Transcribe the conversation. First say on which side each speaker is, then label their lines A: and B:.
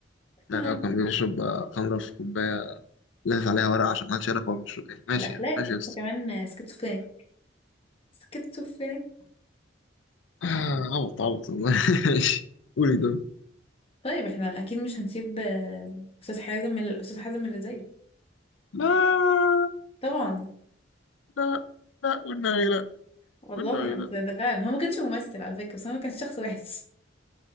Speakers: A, on the left (about 80°); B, on the left (about 30°).
A: لا
B: كمان
A: كان بيشرب آه، خمرة في كوباية لافف عليها ورق عشان محدش يعرف هو بيشرب إيه ماشي
B: الاخلاق
A: يعني ماشي يا اسطى
B: انت كمان سكيزوفرينيك سكيزوفرينيك
A: آه، عبط عبط والله <laughs> ماشي قولي طب
B: طيب احنا اكيد مش هنسيب آه، استاذ حازم الاستاذ حازم اللي زيه
A: لا
B: طبعا
A: لا لا والنبي لا
B: والله
A: والنبي لا
B: أصل ده فعلا هو ما كانش ممثل على فكره بس هو كان شخص وحش